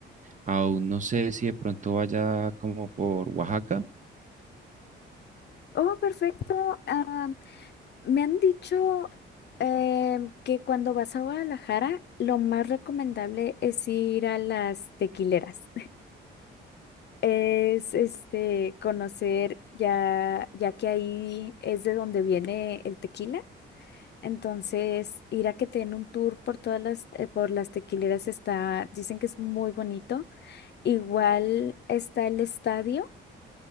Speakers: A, on the right; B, on the left.
A: aún no sé si de pronto vaya como por Oaxaca.
B: Oh, perfecto. Ah, me han dicho em, que cuando vas a Guadalajara, lo más recomendable es ir a las tequileras. es este conocer ya, ya que ahí es de donde viene el tequila. Entonces, ir a que te den un tour por todas las, eh, por las tequileras está, dicen que es muy bonito. Igual está el estadio.